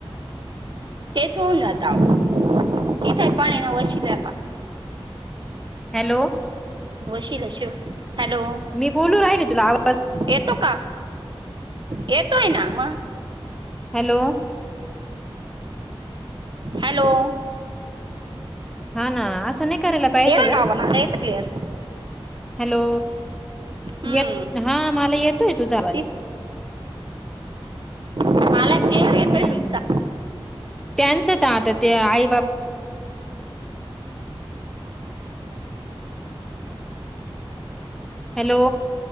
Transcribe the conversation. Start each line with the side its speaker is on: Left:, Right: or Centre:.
Right: तेच होऊन आता, इथं हाय पाणी ना वशिल्याला.
Centre: हॅलो.
Right: वशिल्याशीव हॅलो.
Centre: मी बोलू राहिले तुला आव
Right: येतो का? येतोय ना मग.
Centre: हॅलो.
Right: हॅलो.
Centre: हा ना, असं नाही करायला पाहिजे
Right: येवा
Centre: ग.
Right: ना मला येतं क्लिअर
Centre: हॅलो,
Right: हम्म
Centre: येत हा मला येतोय तुझा आवाज.
Right: ती मला क्लिअर
Centre: हम्म,
Right: येतोय तुमचा
Centre: त्यांच त आता ते आई बाप हॅलो.